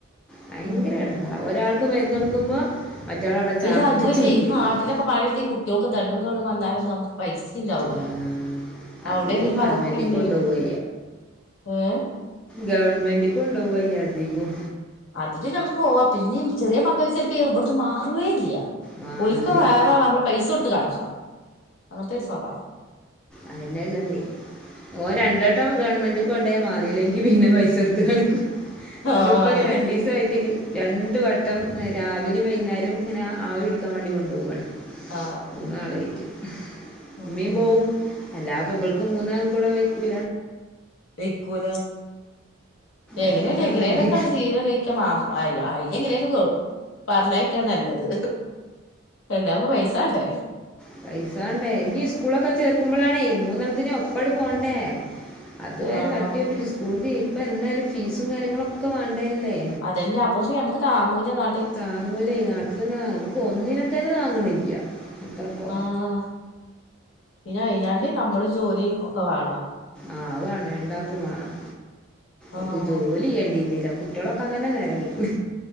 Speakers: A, in the centre; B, on the left.
A: ഭയങ്കര
B: ഉം.
A: ഇടങ്ങേറ ഒരാൾക്ക് മരുന്ന കോടുക്കുമ്പോ മറ്റള അവിടെ ഛർദ്ദിച്ച്
B: ഇല്ല അതുമല്ലേ
A: മുക്കിയിട്ടുണ്ടാവും
B: ഈ നാട്ടിലൊക്കെ പണിെടുത്തി ഈ കുട്ടികൾക്ക് ദണ്ടും കേടും വന്നാല നമുക്ക് പൈസ ചിന്താവൂല
A: ആ,
B: അവിടെപ്പ
A: അധികം ഗവൺമെൻറ്റിൽ
B: അതൊക്കെ എങ്ങനെയാനു
A: കൊണ്ടുപോവുക
B: ഏഹ്
A: ഗവൺമെന്റ് കൊണ്ടുപോവ അധികോം
B: അതില് നമുക്ക് പോവാ പിന്നേ ചെറിയ മക്കൾക്ക് ചെലപ്പ ഇവിടുന്ന് മാറുവേ ഇല്ല
A: മാറൂലേ
B: ഓൾക് വേറെ നമ്മള് പൈസ കൊടുത്ത് കാണിക്കണം അങ്ങനത്തെ ഒരു സ്വഭാവം
A: അയിനള്ളദേ ഓ രണ്ടോട്ടം ഗവൺമെന്റ്ക്കെ കൊണ്ടായി മാറിയില്ലെങ്കി പിന്നെ പൈസ കൊടുത്ത് കണിക്കും
B: ആ
A: ഇതിപ്പോ
B: അതന്നെ
A: രണ്ട് ദിവസം കൃത്യായിട്ട് രണ്ടു വട്ടം രാവിലും വൈകുന്നേരം ഇങ്ങനെ ആവി പിടിക്കാൻ വേണ്ടി കൊണ്ടുപോവുവാണ്
B: ആ
A: മൂന്നാളായിട്ട്
B: ആ
A: ഉമ്മയും പോവും അല്ലാപ്പ ഇവൾക്ക് മൂന്നാളും കൂടെ വ ക്കുല
B: കഴക്കൂല എങ്ങനെയല്ല
A: ഇടങ്ങറിലാണ്
B: എങ്ങനെയനക്കെ ചിര കഴക്കാൻ മാ ആഹ് അയിന എങ്ങനെലും പറഞ്ഞ് അയക്കുന്ന നല്ലത് എല്ലാപ പൈസ വേണ്ടേ
A: പൈസാണ്ടേ ഇനി സ്കൂളൊക്കെ ചേർക്കുമ്പോളാണേ മൂന്നെത്തിന് ഒപ്പാട് പോണ്ടേ അത് വേരെ
B: ആഹ്
A: തട്ടിയോപ്പിച്ചു സ്കൂളി ഇപ്പ എന്തായാലും ഫീസും കാര്യങ്ങളുക്കെ വേണ്ടേല്ലേ
B: അതന്നെ അപ്പൊ നമുക്ക് താങ്ങൂല്ല ന
A: താങ്ങൂലേ ഈ നാട്ടിൽന്ന നമുക്ക് ഒന്നിനെ തന്നെ താങ്ങണില്ല എന്നിട്ടപ്പൊ
B: ആഹ് പിന്നെ അയിഞ്ഞാണ്ട് നമ്മളും ജോലിയും ഒക്കെ വേണം
A: ആഹ് വേണം രണ്ടാക്കും വേണം
B: ആഹ്
A: ഓൾക് ജോലി ചെയ്യണ്ടിരുന്നില്ല കുട്ടികളൊക്കാൻ തന്നെ നേരം കിട്ടണി